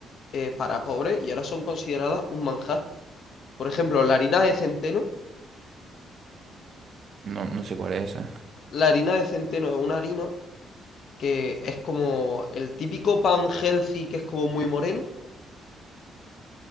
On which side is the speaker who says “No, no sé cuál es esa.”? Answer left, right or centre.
Right